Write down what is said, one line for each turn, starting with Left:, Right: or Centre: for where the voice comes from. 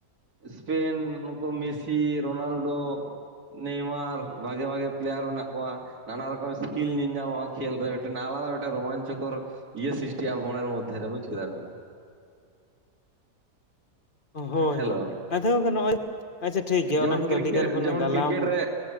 Right: ᱥᱯᱮᱱ ᱱᱩᱠᱩ ᱢᱮᱥᱤ ᱨᱳᱱᱟᱞᱰᱳ, ᱱᱮᱭᱢᱟᱨ ᱵᱷᱟᱜᱮ ᱵᱷᱟᱜᱮ ᱯᱞᱮᱭᱟᱨ ᱢᱮᱱᱟᱜ ᱠᱚᱣᱟ᱾ ᱱᱟᱟᱱᱟ ᱨᱚᱠᱚᱢ ᱥᱠᱤᱞ ᱧᱮᱞ ᱧᱟᱢᱼᱚᱜ ᱟ ᱠᱷᱮᱞ ᱨᱮ ᱟᱞᱟᱫᱟ ᱢᱤᱫᱴᱮᱱ ᱨᱚᱢᱟᱱᱪᱠᱚᱨ, ᱤᱭᱟᱹ ᱥᱤᱥᱴᱤᱜ ᱟ ᱢᱚᱱᱮᱨ ᱢᱚᱫᱷᱮ ᱨᱮ ᱵᱩᱡ ᱠᱮᱫᱟ ᱵᱤᱱ,
Left: ᱦᱳᱭ
Right: ᱦᱮᱞᱳ
Left: ᱦᱳᱭ ᱟᱪᱪᱷᱟ ᱜᱚᱢᱠᱮ ᱱᱚᱸᱜᱼᱚᱭ ᱟᱪᱪᱷᱟ ᱴᱷᱤᱠ ᱜᱮᱭᱟ
Right: ᱡᱮᱢᱚᱱ
Left: ᱚᱱᱟ ᱠᱚᱫᱚ
Right: ᱠᱨᱤᱠᱮᱴ
Left: ᱟᱹᱰᱤᱜᱟᱱ ᱵᱤᱱ
Right: ᱡᱮᱢᱚᱱ
Left: ᱜᱟᱞᱟᱢ
Right: ᱠᱨᱤᱠᱮᱴ ᱨᱮ